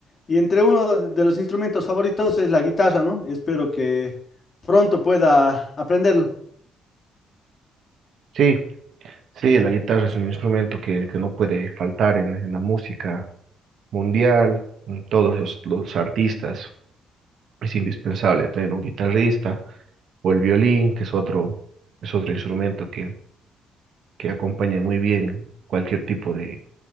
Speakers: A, on the left; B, on the right.
A: Y entre uno de los instrumentos favoritos es la guitarra, ¿no? Espero que pronto pueda aprenderlo.
B: Sí, sí, la guitarra es un instrumento que, que no puede faltar en, en la música mundial, en todos los, los artistas. Es indispensable tener un guitarrista o el violín, que es otro, es otro instrumento que, que acompaña muy bien cualquier tipo de,